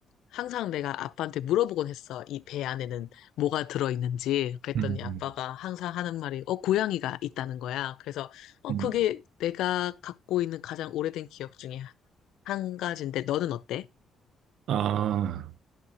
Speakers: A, on the left; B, on the right.
A: 항상 내가 아빠한테 물어보곤 했어. 이 배 안에는 뭐가 들어있는지. 그랬더니
B: 음,
A: 아빠가
B: 음.
A: 항상 하는 말이, 어, 고양이가 있다는 거야. 그래서, 어,
B: 음.
A: 그게 내가 갖고 있는 가장 오래된 기억 중에 한 가지인데, 너는 어때?
B: 아,